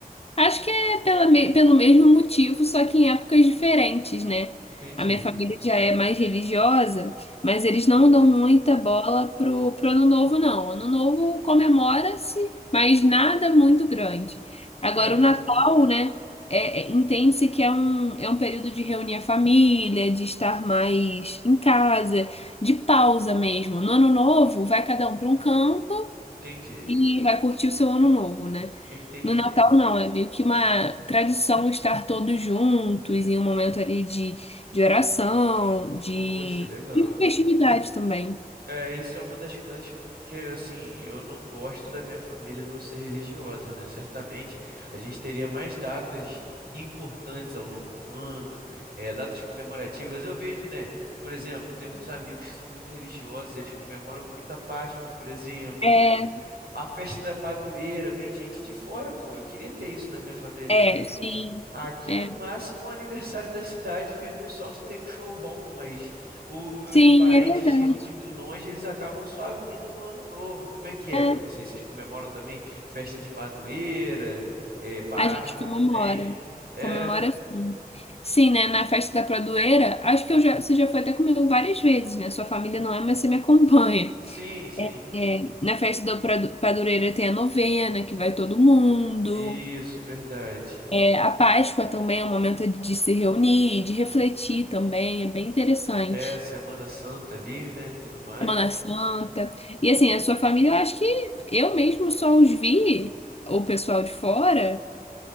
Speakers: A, on the left; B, on the right.
A: Acho que é pela, me- pelo mesmo motivo, só que em épocas diferentes, né?
B: Entendi.
A: A minha família já é mais religiosa, mas eles não dão muita bola pro, pro Ano Novo, não. Ano Novo comemora-se, mas nada muito grande.
B: Certo.
A: Agora, o Natal, né? é- é- entende-se que é um, é um período de reunir a família, de estar mais em casa, de pausa mesmo. No Ano Novo, vai cada um para um canto
B: Entendi.
A: e vai curtir o seu ano novo, né?
B: Entendi.
A: No Natal, não, é meio que uma tradição estar todos juntos em um momento ali de, de oração, de,
B: Poxa, legal.
A: de festividade também.
B: É, isso é uma das coisas que, assim, eu não gosto da minha família não ser religiosa, né? Certamente a gente teria mais datas importantes ao longo do ano, é, datas comemorativas. Eu vejo, né? Por exemplo, tem uns amigos que são muito religiosos, eles comemoram muito a Páscoa, por exemplo
A: É,
B: A festa da padroeira, vem gente de fora, pô. Eu queria ter isso na minha família também.
A: é, sim.
B: Aqui
A: É.
B: no máximo o aniversário da cidade vem um pessoal que tem um show bom, mas os meus
A: Sim,
B: parentes
A: é verdade.
B: de muito longe, eles acabam só vindo no ano novo. Como é que é
A: É,
B: pra vocês? Vocês comemoram também festa de padroeira, eh, Páscoa
A: a gente comemora.
B: também? É,
A: Comemora sim. Sim, né? Na festa da Pradoeira, acho que eu já, você já foi até comigo várias vezes, né? Sua família não é, mas você me acompanha.
B: sim, sim.
A: É, na festa da Prado- Pradoeira tem a novena, que vai todo mundo.
B: Isso, verdade.
A: É, a Páscoa também é um momento de se reunir, de refletir também, é bem interessante.
B: É a Semana Santa ali, né? Tudo mais.
A: Semana Santa. E assim, a sua família, eu acho que eu mesmo só os vi, o pessoal de fora,